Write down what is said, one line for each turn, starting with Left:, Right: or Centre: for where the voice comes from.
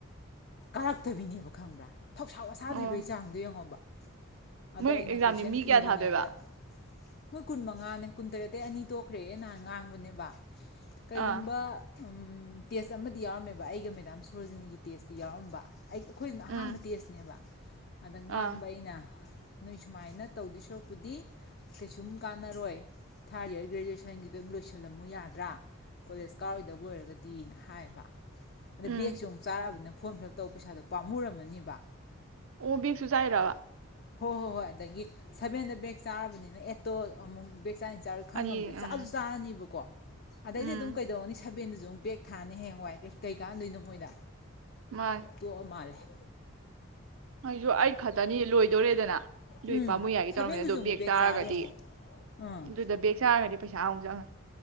Left: ꯀꯥꯔꯛꯇꯕꯤꯅꯦꯕ ꯈꯪꯕ꯭ꯔꯥ ꯊꯧꯁꯥ ꯋꯥꯁꯥꯗ꯭ꯔꯤꯕꯩ
Right: ꯑꯣ
Left: ꯆꯥꯡꯗꯨꯣ ꯌꯦꯡꯉꯣꯕ ꯑꯗ
Right: ꯃꯣꯏ
Left: ꯑꯩꯅ
Right: ꯑꯦꯛꯖꯥꯝꯅꯤ
Left: ꯀꯣꯏꯁꯟ
Right: ꯃꯤ ꯀꯌꯥ
Left: ꯏꯔꯤꯉꯩꯗ
Right: ꯊꯥꯗꯣꯏꯕ
Left: ꯃꯣꯏ ꯀꯨꯟ ꯃꯉꯥꯅꯦ ꯀꯨꯟꯇꯔꯦꯠꯇꯩ ꯑꯅꯤ ꯇꯣꯛꯈ꯭ꯔꯦ ꯅꯍꯥꯟ ꯉꯥꯡꯕꯅꯦꯕ ꯀꯩꯒꯨꯝꯕ
Right: ꯑꯥ
Left: ꯎꯝ ꯇꯦꯖ ꯑꯝ ꯌꯥꯎꯔꯝꯃꯦꯕ ꯑꯩꯒ ꯃꯦꯗꯥꯝ ꯁꯣꯔꯣꯖꯤꯅꯤꯒꯤ ꯇꯦꯁꯇꯤ ꯌꯥꯎꯔꯝꯕ ꯑꯩ ꯑꯩꯈꯣꯏꯗꯨꯅ
Right: ꯎꯝ
Left: ꯑꯍꯥꯟꯕ ꯇꯦꯖꯅꯦꯕ ꯑꯗ ꯉꯥꯡꯕ
Right: ꯑꯥ
Left: ꯑꯩꯅ ꯅꯣꯏ ꯁꯨꯃꯥꯏꯅ ꯇꯧꯗꯣꯏ ꯁꯣꯔꯛꯄꯨꯗꯤ ꯀꯩꯁꯨꯝ ꯀꯥꯟꯅꯔꯣꯏ ꯊꯥꯔꯠ ꯏꯔ ꯒ꯭ꯔꯦꯖꯨꯋꯦꯁꯟꯒꯤꯗ ꯑꯗꯨꯝ ꯂꯣꯏꯁꯤꯜꯂꯝꯃꯨ ꯌꯥꯗ꯭ꯔꯥ ꯀꯣꯂꯦꯖ ꯀꯥꯎꯔꯣꯏꯗꯕ ꯑꯣꯏꯔꯒꯗꯤꯅ ꯍꯥꯏꯕ ꯑꯗ
Right: ꯎꯝ
Left: ꯕꯒꯁꯨ ꯑꯃꯨꯛ ꯆꯥꯛꯑꯅꯤꯅ ꯐꯣꯝ ꯐꯤꯜ ꯑꯞ ꯇꯧꯕ ꯄꯩꯁꯥꯗꯣ ꯄꯥꯝꯃꯨꯔꯝꯃꯅꯤꯕ
Right: ꯑꯣ ꯕꯦꯛꯁꯨ ꯆꯥꯏꯔꯕ
Left: ꯍꯣꯏ ꯍꯣꯏ ꯍꯣꯏ ꯑꯗꯒꯤ ꯁꯚꯦꯟꯗ ꯕꯦꯛ ꯆꯥꯔꯕꯅꯤꯅ ꯑꯦꯇꯣ ꯑꯃꯨꯛ ꯕ ꯆꯅꯤ ꯆꯥꯔꯣꯏ ꯈꯪꯉꯝꯗ꯭ꯔꯦ
Right: ꯑꯅꯤ
Left: ꯆꯥꯁꯨ
Right: ꯎꯝ
Left: ꯆꯥꯔꯅꯤꯕꯀꯣ ꯑꯗꯩꯗꯤ
Right: ꯎꯝ
Left: ꯑꯗꯨꯝ ꯀꯩꯗꯧꯅꯤ ꯁꯕꯦꯟ ꯕꯦꯛꯒ ꯊꯥꯅꯤ ꯍꯦꯛ ꯍꯋꯥꯏ ꯀꯩ ꯀꯥꯟꯗꯣꯏꯅꯣ ꯃꯣꯏꯗ
Right: ꯃꯥꯅꯦ
Left: ꯇꯣꯛꯑ ꯃꯥꯜꯂꯦ <inaudible>
Right: ꯑꯩꯁꯨ ꯑꯩ ꯈꯛꯇꯅꯤ ꯂꯣꯏꯗꯣꯔꯦꯗꯅ ꯑꯗꯨ
Left: ꯎꯝ
Right: ꯄꯥꯝꯃꯨꯏ ꯌꯥꯒꯤ
Left: ꯁꯚꯦꯟꯗꯨꯁꯨ
Right: ꯇꯧꯔꯝꯃꯤꯅꯤ ꯑꯗꯨ
Left: ꯑꯃꯨꯛ
Right: ꯕꯦꯛ ꯆꯥꯔꯒꯗꯤ
Left: ꯆꯥꯔꯦ ꯌꯦꯡꯉꯣ ꯑꯥ
Right: ꯑꯗꯨꯗ ꯕꯦꯛ ꯆꯥꯔꯒꯗꯤ ꯄꯩꯁꯥ ꯑꯃꯨꯛ ꯆꯪꯉꯅꯤ